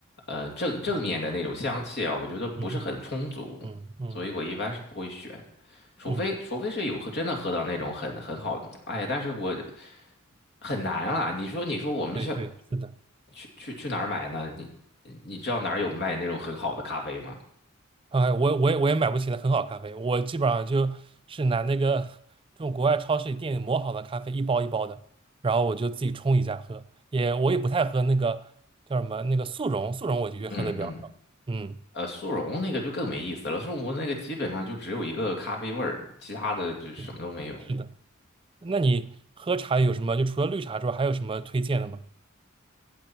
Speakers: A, on the left; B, on the right.
A: 呃正正面的那种香气啊，我觉得不是很充足，
B: 嗯。嗯嗯
A: 所以我一般是不会选，除非除非是有喝真的喝到那种很很好的，
B: 嗯，
A: 哎呀，但是我很难啊，你说你说我们去
B: 对对，是的。
A: 去去去哪儿买呢？你你知道哪儿有卖那种很好的咖啡吗？
B: 哎，我我也我也买不起的很好咖啡，我基本上就是拿那个这种国外超市里店里磨好的咖啡一包一包的，然后我就自己冲一下喝。也我也不太喝那个叫什么那个速溶，速溶我的确喝的比较少。
A: 嗯嗯
B: 嗯，
A: 呃，速溶那个就更没意思了。速溶那个基本上就只有一个咖啡味儿，其他的就什么都没有。
B: 对，是的。那你喝茶有什么？就除了绿茶之外，还有什么推荐的吗？